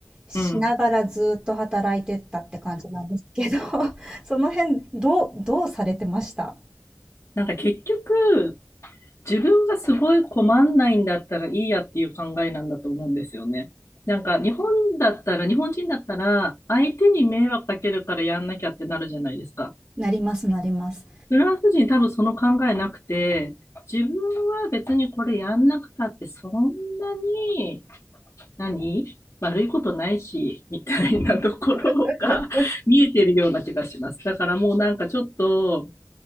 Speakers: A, on the right; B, on the left.
A: しながらずっと働いてったって感じなんですけど、
B: うん。
A: <laughs> その辺どう、どうされてました
B: なんか結局、自分がすごい困んないんだったらいいやっていう考えなんだと思うんですよね。なんか日本だったら、日本人だったら、相手に迷惑かけるからやんなきゃってなるじゃないですか。
A: なります、なります。
B: フランス人多分その考えなくて、自分は別にこれやんなくたってそんなに何悪いことないし、みたいなところが
A: <laughs>
B: <laughs> 見えてるような気がします。だからもうなんかちょっと、